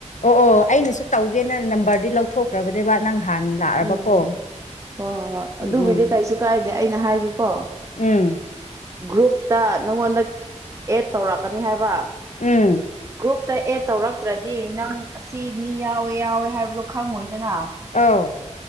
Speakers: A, on the left; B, on the right.
A: ꯑꯣ ꯑꯣ ꯑꯩꯅꯁꯨ ꯇꯧꯒꯦꯅ ꯅꯝꯕꯔꯗꯤ ꯂꯧꯊꯣꯛꯈ꯭ꯔꯕꯅꯦꯕ ꯅꯪ ꯍꯥꯟꯅ ꯂꯥꯛꯑꯕꯀꯣ
B: ꯎꯝ ꯍꯣꯏ ꯍꯣꯏ ꯍꯣꯏ
A: ꯎꯝ
B: ꯑꯗꯨꯕꯨꯗꯤ
A: ꯎꯝ
B: ꯀꯩꯁꯨ ꯀꯥꯏꯗꯦ ꯑꯩꯅ ꯍꯥꯏꯒꯦꯀꯣ
A: ꯎꯝ
B: ꯒ꯭ꯔꯨꯞꯇ ꯅꯪꯉꯣꯟꯗ ꯑꯦꯗ ꯇꯧꯔꯛꯀꯅꯤ ꯍꯥꯏꯕ
A: ꯎꯝ
B: ꯒ꯭ꯔꯨꯞꯇ ꯑꯦꯠ ꯇꯧꯔꯛꯇ꯭ꯔꯗꯤ ꯅꯪ ꯑꯁꯤ ꯃꯤ ꯌꯥꯎꯋꯦ ꯌꯥꯎꯋꯦ ꯍꯥꯏꯕꯗꯣ ꯈꯪꯉꯣꯏꯗꯅ
A: ꯑꯧ